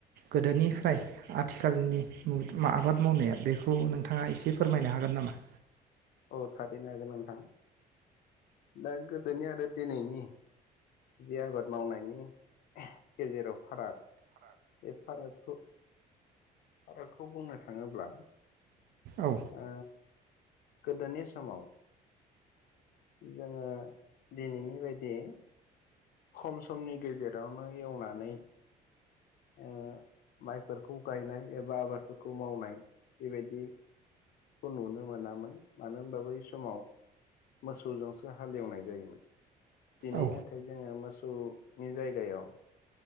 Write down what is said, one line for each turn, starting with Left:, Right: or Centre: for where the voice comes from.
Right: गोदोनिफ्राय आथिखालनि मो आबाद मावनाया बेखौ नोंथाङा एसे फोरमायनो हागोन नामा?
Left: औ थारैनो हागोन नोंथां दा गोदोनि आरो दिनैनि जि आबाद मावनायनि गेजेराव फाराग बे फाराग खुस आबादखौ बुंनो थाङोब्ला
Right: औ
Left: ओ गोदोनि समाव जोङो दिनैनि बायदि खम समनि गेजेरावनो एवनानै ओ माइफोरखौ गायनाय एबा आबादफोरखौ मावनाय बेबायदि खौ नुनो मोनामोन मानो होनबा बै समाव मोसौजोंसो हालेवनाय जायोमोन। दिनै
Right: औ
Left: नाथाय ओ मोसौनि जायगायाव